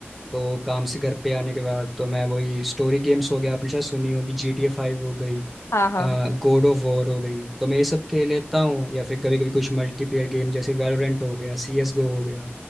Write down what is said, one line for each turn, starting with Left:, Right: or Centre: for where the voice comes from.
Centre: तो काम से घर पे आने के बाद तो मैं वही स्टोरी गेम्स हो गया आपने शायद सुनी होगी जी टी ए फाइव हो गई
Left: हाँ हाँ हाँ
Centre: गॉड ऑफ वॉर हो गई तो मैं ये सब खेल लेता हूँ या फिर कभी कभी कुछ मल्टीप्लेयर गेम जैसे वैलोरेंट हो गया सी एस गो हो गया